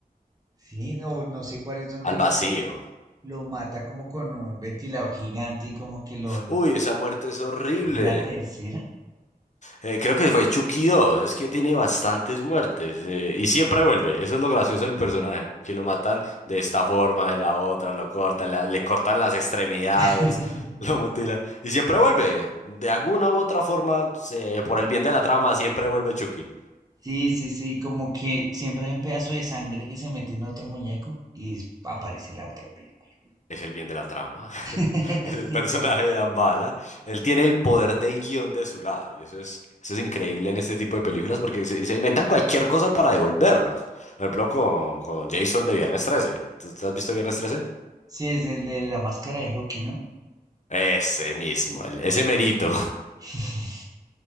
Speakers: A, on the right; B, on the left.
A: Sí, no, no sé cuál es donde
B: Al
A: lo,
B: vacío.
A: lo, lo mata como con un ventilador gigante y como que lo...
B: Uy, esa muerte es horrible.
A: ¿o es la tercera?
B: Eh, creo que fue Chucky dos es que tiene bastantes muertes eh, y siempre vuelve, eso es lo gracioso del personaje, que lo matan de esta forma, de la otra, lo cortan, la- le cortan las extremidades,
A: <laughs>
B: <laughs> lo mutilan y siempre vuelve, de alguna u otra forma, se- por el bien de la trama, siempre vuelve Chucky.
A: Sí, sí, sí, como que siempre hay un pedazo de sangre que se mete en otro muñeco y aparece la otra película.
B: Es el bien de la trama, <laughs>
A: <laughs>
B: es el
A: Sí,
B: personaje de Dambala. Él tiene el poder del guión de su lado y eso es, eso es increíble en este tipo de películas porque se, se inventan cualquier cosa para devolverlos. Por ejemplo, con, con Jason de Viernes 13. ¿Tú, tú has visto Viernes 13?
A: sí, es el de la máscara de hockey, ¿no?
B: Ese mismo, el- ese merito. <laughs>
A: <laughs>